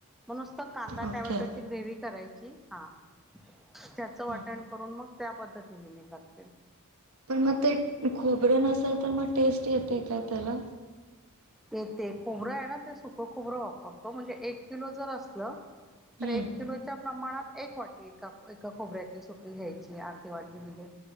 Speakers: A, in the centre; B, on the right.
A: म्हणुसत कांदा
B: ओके
A: टमॅटोची ग्रेव करायची हा त्याचं वाटण
B: हो
A: करून मग त्या पद्धतीने मी करते.
B: पण मग ते खोबरं नसेल तर मग टेस्ट येते का त्याला?
A: येते खोबरं आहे ना ते सुकं खोबरं वापरतो म्हणजे एक किलो जर असल तर
B: हम्म.
A: एक किलो च्या प्रमाणात एक वाटी एका, एका खोबऱ्याची सुकी घ्यायची अर्धी वाटी म्हणजे.